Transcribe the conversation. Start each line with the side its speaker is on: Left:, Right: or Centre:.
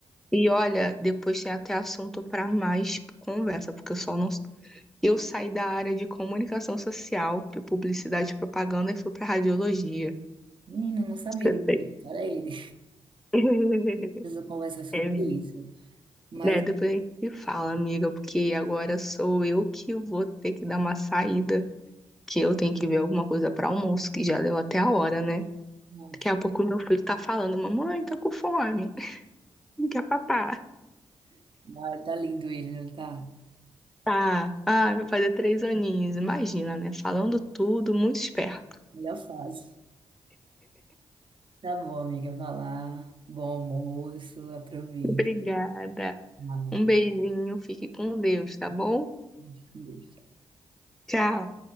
Centre: E olha, depois tem até assunto para mais conversa, porque eu só não. Eu saí da área de comunicação social, de publicidade e propaganda, e fui para radiologia.
Right: Menina, eu não sabia
Centre: Eu
Right: disso,
Centre: sei.
Right: era ele.
Centre: <laughs>
Right: preciso conversar sobre
Centre: É, amiga.
Right: isso. Mas
Centre: né, depois a gente se fala, amiga, porque agora sou eu que vou ter que dar uma saída, que eu tenho que ver alguma coisa para almoço, que já deu até a hora, né?
Right: pronto.
Centre: Daqui a pouco meu filho tá falando, mamãe, tô com fome, <laughs> quer papá.
Right: Ai, tá lindo ele, não tá?
Centre: Tá, ah, vai fazer três aninhos, imagina, né? Falando tudo, muito esperto.
Right: Melhor fase. Tá bom, amiga. Vai lá. Bom almoço. Aproveite.
Centre: Obrigada.
Right: Tchau.
Centre: Um beijinho, fique com Deus, tá bom?
Right: Fica com Deus.
Centre: Tchau.